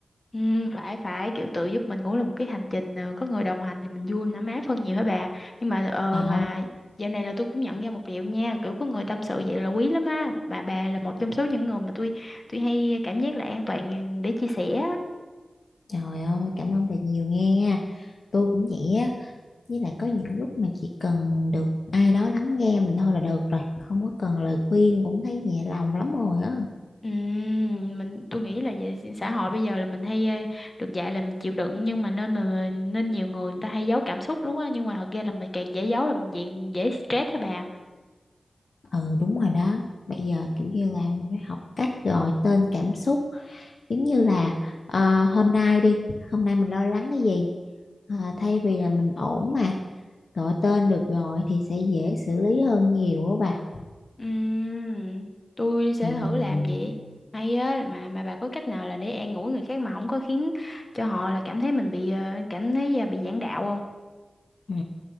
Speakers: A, on the left; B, on the left.
A: Ừ, phải phải kiểu tự giúp mình cũng là một cái hành trình ờ, có người đồng hành thì mình vui mình ấm áp hơn nhiều hả bà nhưng mà ờ,
B: ờ
A: mà dạo này là tôi cũng nhận ra một điều nha kiểu có người tâm sự vậy là quý lắm á bà bà là một trong số những người mà tôi tôi hay cảm giác là an toàn để chia sẻ á.
B: trời ơi cảm ơn bà nhiều nghe tôi cũng vậy á với lại có những lúc mà chỉ cần được ai đó lắng nghe mình thôi là được rồi không có cần lời khuyên cũng thấy nhẹ lòng lắm rồi á
A: ừ, mình tôi nghĩ là về xã hội bây giờ là mình hay ờ, được dạy là mình chịu đựng nhưng mà nên mà nên nhiều người người ta hay giấu cảm xúc đúng á nhưng mà thật ra là mình càng dễ giấu là mình càng dễ stress hả bà
B: ừ đúng rồi đó bây giờ kiểu như là mình phải học cách gọi tên cảm xúc giống như là ờ, hôm nay đi hôm nay mình lo lắng cái gì Ờ, thay vì là mình ổn mà gọi tên được rồi thì sẽ dễ xử lý hơn nhiều á bà
A: Ừm, tôi sẽ
B: ừ.
A: thử làm
B: ừ,
A: vậy. Hay á mà mà bà có cách nào là để an ủi người khác mà không có khiến cho họ là cảm thấy mình bị ờ, cảm thấy ờ, bị giảng đạo không?
B: ừ,